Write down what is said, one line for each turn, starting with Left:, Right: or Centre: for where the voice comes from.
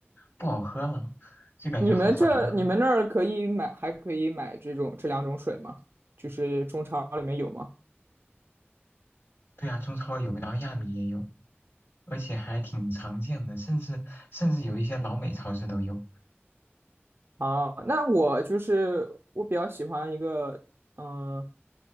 Left: 不好喝了，就感觉好好难喝。
Right: 你们这你们那儿可以买，还可以买这种这两种水吗？就是中超里面有吗？
Left: 对啊，中超有，然后亚米也有，而且还挺常见的，甚至甚至有一些老美超市都有。
Right: 啊，那我就是我比较喜欢一个，嗯、